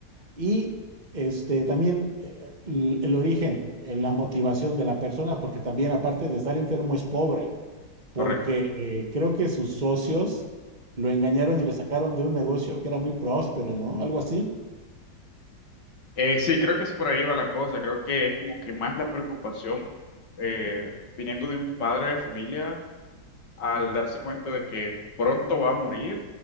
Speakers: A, on the right; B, on the left.
A: y este, también eh, l- el, origen, eh, la motivación de la persona, porque también aparte de estar enfermo es pobre, porque
B: correcto.
A: eh, creo que sus socios lo engañaron y lo sacaron de un negocio que era muy próspero, ¿no? Algo así.
B: Eh, sí, creo que es por ahí va la cosa, creo que es como que más la preocupación eh, viniendo de un padre de familia al darse cuenta de que pronto va a morir